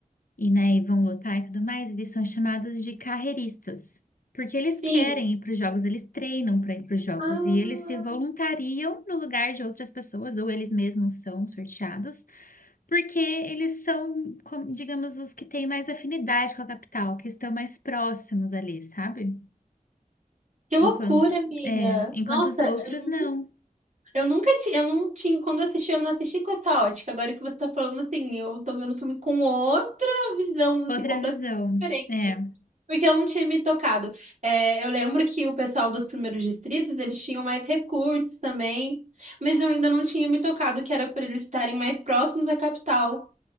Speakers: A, on the left; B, on the right.
A: e né, e vão lutar e tudo mais, eles são chamados de carreiristas, porque eles querem
B: Sim.
A: ir para os jogos, eles treinam para ir para os jogos
B: Ah,
A: e eles se voluntariam no lugar de outras pessoas, ou eles mesmos são sorteados, porque eles são, como, digamos, os que têm mais afinidade com a capital, que estão mais próximos ali, sabe?
B: Que loucura,
A: Enquanto,
B: amiga.
A: é, enquanto
B: Nossa,
A: os outros
B: eu,
A: não.
B: nu- eu nunca tinha, eu não tinha, quando eu assisti, eu não assisti com essa ótica. Agora que você tá falando assim, eu tô vendo o filme com outra visão, assim,
A: Outra
B: completamente
A: visão.
B: diferente.
A: É.
B: Porque eu não tinha me tocado. É, eu lembro que o pessoal dos primeiros distritos, eles tinham mais recursos também, mas eu ainda não tinha me tocado que era por eles estarem mais próximos à capital,